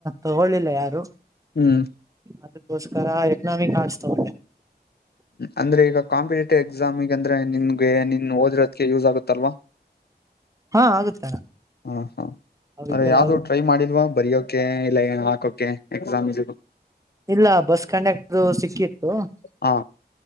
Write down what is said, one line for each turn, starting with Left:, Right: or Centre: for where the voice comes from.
Right: ತಗೊಳ್ಳಿಲ್ಲ ಯಾರು.
Left: ಹ್ಮ್
Right: ಅದಕ್ಕೋಸ್ಕರ ಎಕನಾಮಿಕ್ ಆರ್ಟ್ಸ್. ತಗೊಂಡೆ
Left: ಅಂದ್ರೆ ಈಗ ಕಾಂಪಿಟೇಟಿವ್ ಎಕ್ಸಾಮಿಗ ಅಂದ್ರೆ ನಿನ್ಗೆ ನೀನ್ ಓದಿರೋದಿಕ್ಕೆ ಯೂಸ್ ಆಗುತ್ತಲ್ವಾ.
Right: ಹಾ ಆಗುತ್ತೆ ಅಣ್ಣ.
Left: ಹಾ ಹಾ
Right: ಅವಿಕೆಲ್ಲ
Left: ಅಂದ್ರೆ ಯಾವ್ದೂ ಟ್ರೈ ಮಾಡಿಲ್ವಾ ಬರಿಯೋಕೆ ಇಲ್ಲ ಏನೋ ಹಾಕೋಕೆ ಎಕ್ಸಾಮ್ ಇ
Right: ಇಲ್ಲ ಬಸ್ ಕಂಡಕ್ಟರು ಸಿಕ್ಕಿ ಓ
Left: ಹಾ